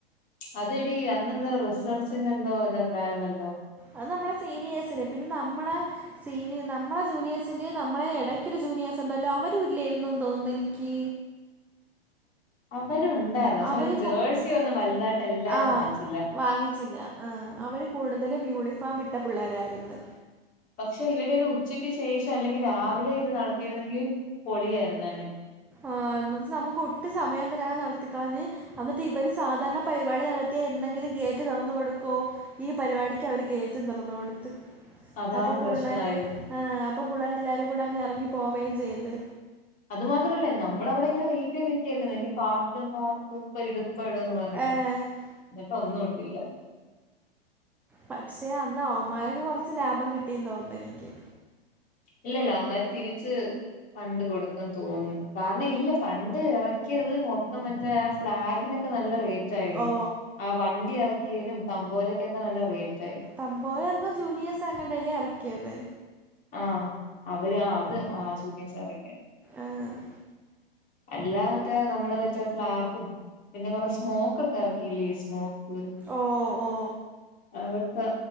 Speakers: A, on the left; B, in the centre.
A: അതെടി അന്നെന്തോ റിസർച്ചിന്റെ എന്തോ ഇത്ണ്ടായിരുന്നല്ലോ?
B: അത് നമ്മളെ സീനിയേഴ്സിനെ പിന്നെ നമ്മളെ സീനിയെ നമ്മളെ ജൂനിയേഴ്സിന്റെ നമ്മളെ ഇടയ്ക്കൊരു ജൂനിയേഴ്സ് ഉണ്ടല്ലോ അവരു ഇല്ലായിരുന്നെന്ന് തോനുന്നു എനിക്ക്
A: അവരൊണ്ടായിരുന്നു പക്ഷെ
B: അവർ
A: അവര് ജേഴ്സിയൊന്നും വലുതായിട്ട് എല്ലാരും
B: ആ
A: വാങ്ങിച്ചില്ല
B: വാങ്ങിച്ചില്ല ആഹ് അവര് കൂടുതലും യൂണിഫോം ഇട്ട പിള്ളേരായിരുന്നു
A: പക്ഷെ ഇവര് ഒരു ഉച്ചക്ക് ശേഷം അല്ലെങ്കി രാവിലെ ഇത് നടത്തിയിരുന്നെങ്കി പൊളിയായിരുന്നേനെ
B: ആഹ് <unintelligible> നമ്മക്ക് ഒട്ടും സമയം തരാതെ നടത്തിക്കളഞ്ഞ് അന്നിറ്റ് ഇവര് സാധാരണ പരിപാടി നടത്തിയാ എന്നങ്കിലും ഗേറ്റ് തൊറന്ന് കൊടുക്കോ ഈ പരിപാടിക്ക് അവര് ഗയിറ്റും തൊറന്ന് കൊടുത്ത്
A: അതാണ്
B: അപ്പൊ
A: പ്രശ്നായത്
B: പുള്ളരെ ആഹ് അപ്പോ പുള്ളേര് എല്ലാവരും കൂടെ അങ്ങ് എറങ്ങി പോവേം ചെയ്ത്
A: അത് മാത്രമല്ലേ ഞമ്മളവിടെ ഇങ്ങനെ വെയിറ്റ് ചെയ്ത് നിക്കല്ലേ പാട്ടും പാട്ടിടും ഇപ്പ ഇടും ഇപ്പ ഇടുവെന്ന് പറഞ്ഞിട്ട്
B: ഏ,
A: എന്നിട്ട് ഒന്നും ഇട്ടില്ല
B: പക്ഷെ അന്ന് അവന്മാർക്ക് കൊറച്ച് ലാഭം കിട്ടീ തോനുന്നു എനിക്ക്
A: ഇല്ല ഇല്ല അവമ്മാര് തിരിച്ച് ഫണ്ട് കൊടുത്തെന്ന് തോനുന്നു കാരണം ഇല്ല ഫണ്ട് എറക്കിയത് മൊത്തം മറ്റേ ആ ഫ്ളാഗിനൊ ക്കെ നല്ല റേറ്റായെടി
B: ഓ
A: ആ വണ്ടി എറക്കിയേനും തമ്പോലക്കൊക്കെ നല്ല റേറ്റ് ആയി
B: തമ്പോല എന്താ ജൂനിയേഴ്സ് അങ്ങാണ്ടല്ലേ എറക്കിയത്?
A: ആഹ് അവര് ആ അത് ആ <unintelligible> സാറക്കെ
B: ആഹ്
A: അല്ലാ മറ്റാ നമ്മള് വച്ചാ ഫ്ലാഗും പിന്നെ കൊറെ സ്മോക്കെക്കെ ഇറക്കിയില്ലേ കുറെ സ്മോക്ക്
B: ഓഹ് ഓ
A: അതൊക്കെ